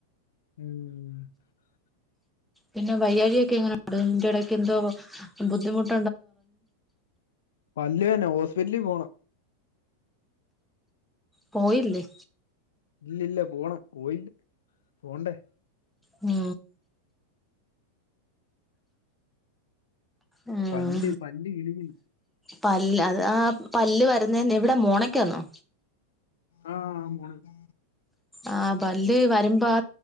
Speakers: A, on the left (about 60°); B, in the centre.
A: ഉം
B: പിന്നെ വയ്യായികെക്കെ എങ്ങനെ ഉണ്ട് ഇതിന്റെ ഇടക്കക്ക് എന്തോ ബുദ്ധിമുട്ട്
A: പല്ല് വേദന ഹോസ്- വല്ലി പോണം
B: പോയില്ലേ
A: ഇല്ലല്ല പോണം പോയില് പോണ്ടേ
B: ഉം ഉം
A: പണ്ട് പണ്ട് കിളിഞ്ഞ്
B: പല്ല് അത് ആ പല്ല് വരുന്നെ ന്ന് എവിടെ മോണക്ക് വന്നോ
A: ആഹ് ആ മോണക്ക്‌
B: ആഹ് പല്ല് വരുമ്പോ ആ